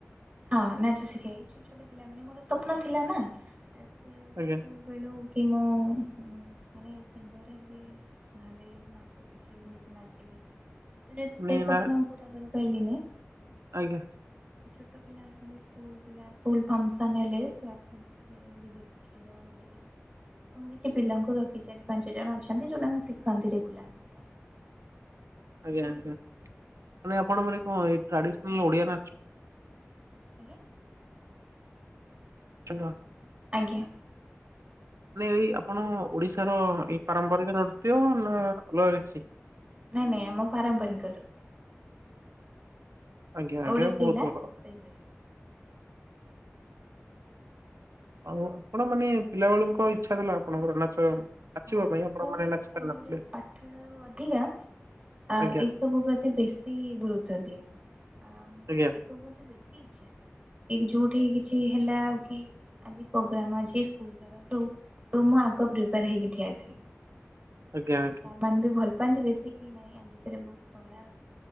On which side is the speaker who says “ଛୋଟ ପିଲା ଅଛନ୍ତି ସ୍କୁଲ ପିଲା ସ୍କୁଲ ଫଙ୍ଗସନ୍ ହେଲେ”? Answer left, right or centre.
Right